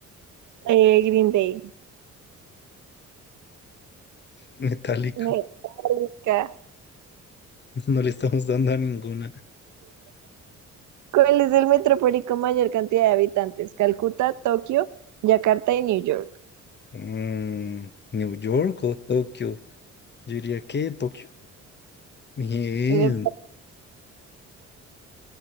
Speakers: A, on the right (about 75°); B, on the left (about 35°).
A: Eh, Green Day.
B: Metallica.
A: Metálica.
B: No le estamos dando a ninguna.
A: ¿Cuál es el metrópoli con mayor cantidad de habitantes? Calcuta, Tokio, Yakarta y New York.
B: Mm, New York o Tokio. Yo diría que Tokio. Bien.
A: Eh,